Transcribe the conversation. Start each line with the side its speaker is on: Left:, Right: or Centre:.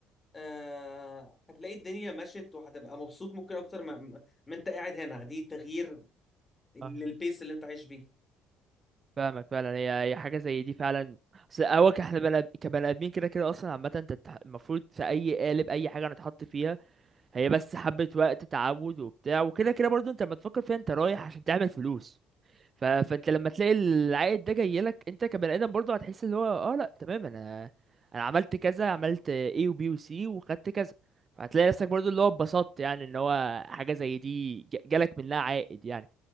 Left: آه، هتلاقي الدنيا مشت وهتبقى مبسوط ممكن أكتر ما ما أنت قاعد هنا دي تغيير للبيس
Right: اه،
Left: اللي أنت عايش بيه
Right: فاهمك فعلا هي هي حاجه زي دي فعلا بس هو احنا بني آد- كبني ادمين كده كده اصلا عامه انت تح- المفروض في اي قالب اي حاجه هنتحط فيها هي بس حبة وقت تعود وبتاع وكده كده برضو انت لما تفكر فيها انت رايح عشان تعمل فلوس ف... فانت لما تلاقي العائد ده جاي لك انت كبني ادم برضو هتحس اللي هو اه لا تمام انا انا عملت كذا عملت A و B و C وخدت كذا فهتلاقي نفسك برضو اللي هو اتبسطت يعني ان هو حاجة زي دي ج- جالك منها عائد يعني